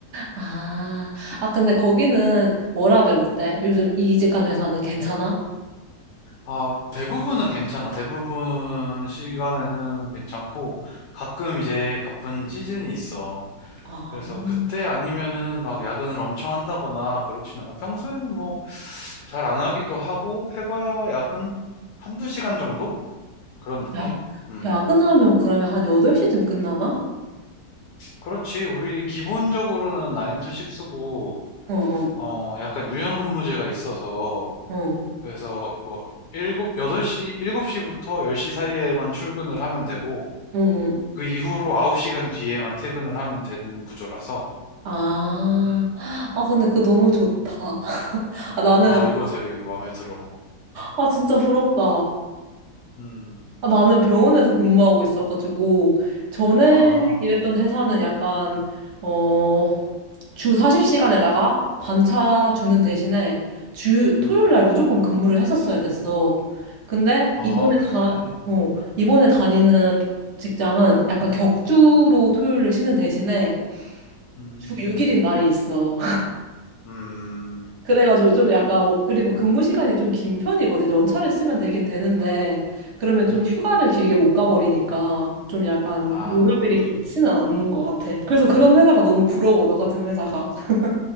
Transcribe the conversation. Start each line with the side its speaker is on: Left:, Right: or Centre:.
Right: 아, 아, 근데 거기는 워라밸 어때? 요즘 이직한 회사는 괜찮아?
Left: 아, 대부분은 괜찮아. 대부분 시간에는 괜찮고, 가끔 이제 바쁜 시즌이 있어.
Right: 아,
Left: 그래서 그때 아니면은 막 야근을 엄청 한다거나 그렇진 않아. 평소에는 뭐 잘 안 하기도 하고 해봐야 야근 한두 시간 정도? 그런 느낌?
Right: 야,
Left: 음.
Right: 야근하면 그러면 한 8시쯤 끝나나?
Left: 그렇지. 우리 기본적으로는 9 to 6고,
Right: 응, 응,
Left: 어, 약간 유연근무제가 있어서,
Right: 응,
Left: 그래서 뭐, 7, 8시, 7시부터 10시 사이에만 출근을 하면 되고,
Right: 응, 응.
Left: 그 이후로 9시간 뒤에만 퇴근을 하면 되는 구조라서,
Right: 아,
Left: 음.
Right: 아, 근데 그거 너무 좋다. <laughs> 아, 나는,
Left: 어, 이거 되게 마음에 들어.
Right: 아, 진짜 부럽다.
Left: 음,
Right: 아, 나는 병원에서 근무하고 있어가지고, 전에
Left: 아,
Right: 일했던 회사는 약간, 어, 주 40시간에다가 반차 주는 대신에 주,
Left: 음.
Right: 토요일 날 무조건 근무를 했었어야 됐어. 근데
Left: 아,
Right: 이번에
Left: 그래.
Right: 다, 어, 이번에 다니는 직장은 약간 격주로 토요일을 쉬는 대신에
Left: 음,
Right: 주 6일인 날이 있어.
Left: 음,
Right: 그래가지고 좀 약간 워- 그리고 근무 시간이 좀 긴 편이거든. 연차를 쓰면 되긴 되는데 그러면 좀
Left: 음.
Right: 휴가를 길게 못 가버리니까 좀 약간
Left: 아,
Right: 워라밸이 좋지는 않은 것 같아. 그래서 그런 회사가 너무 부러워. 너 같은 회사가. <laughs>